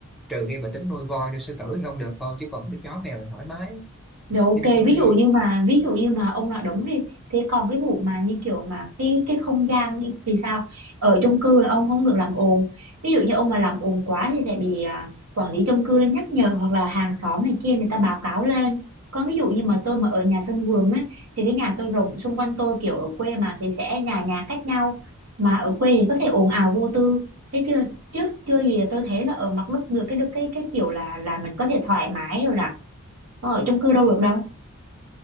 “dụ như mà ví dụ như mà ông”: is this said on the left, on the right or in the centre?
Right